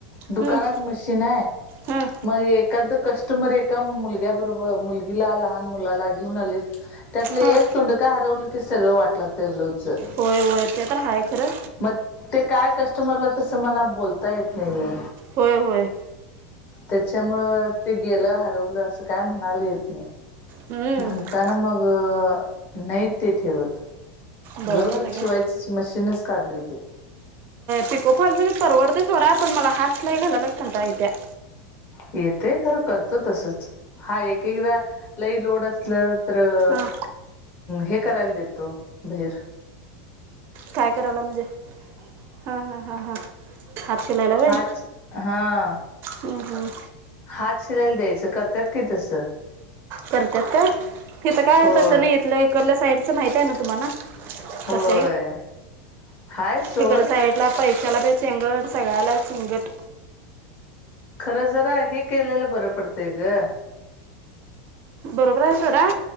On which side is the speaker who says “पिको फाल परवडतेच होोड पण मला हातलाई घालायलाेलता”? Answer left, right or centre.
Right